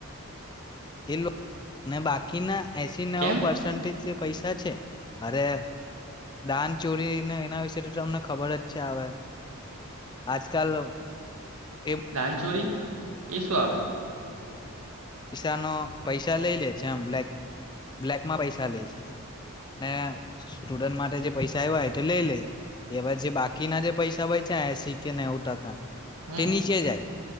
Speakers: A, on the left; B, on the right.
A: એ ને બાકીના એસી નવ
B: કેમ
A: પર્સન્ટેજ જે પૈસા છે અરે દાન ચોરીને એના વિશે તો તમને ખબર જ છે આવે આજકાલ એ
B: ડાનચોરી એ શું આવે
A: પૈસાનો પૈસા લઈ લે છે આમ બ્લેક બ્લેકમાં પૈસા લે છે ને સ્ટુડન્ટ માટે જે પૈસા આવવાય તે લઈ લે એવા જે બાકીના જે પૈસા હોય છે એસી કે નેવું ટકા
B: હમ
A: તેનીચે જાય